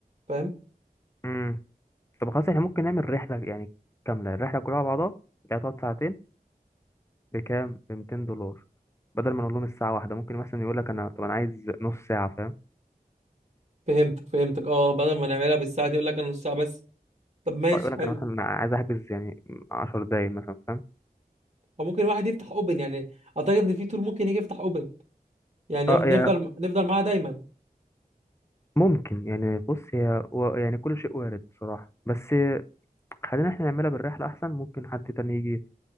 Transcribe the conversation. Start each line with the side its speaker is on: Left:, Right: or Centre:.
Right: فاهم
Left: مم. طب خلاص احنا ممكن نعمل رحلة يعني كاملة الرحلة كلها على بعضها اللي هتقعد ساعتين بكام ب 200 دولار بدل ما نقول لهم الساعه واحده ممكن مثلا يقول لك انا طب انا عايز نص ساعه فاهم
Right: فهمتك فهمتك اه بدل ما نعملها بالساعه دي يقول لك انا نص ساعه بس طب ماشي
Left: أو يقول لك
Right: حلو
Left: انا مثلا انا عايز احجز يعني 10 دقايق مثلا فاهم
Right: او ممكن واحد يفتح اوبن يعني اعتقد ان في تور ممكن يجي يفتح اوبن يعني
Left: اه
Right: يفضل
Left: يا
Right: نفضل نفضل معاه دايما
Left: ممكن يعني بص هي و- يعني كل شيء وارد بصراحه بس خلينا احنا نعملها بالرحله احسن ممكن حد تاني يجي